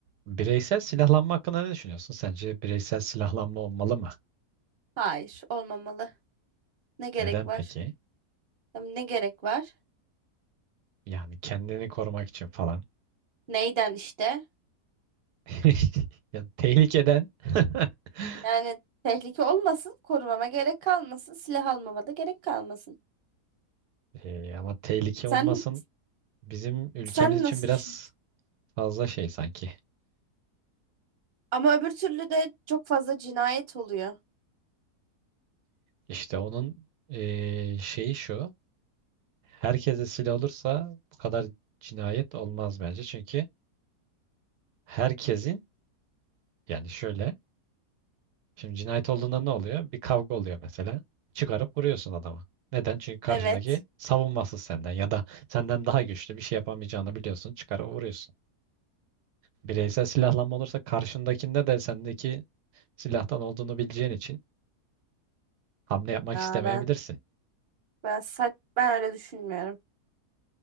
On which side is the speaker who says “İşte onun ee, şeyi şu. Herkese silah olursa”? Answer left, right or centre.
Right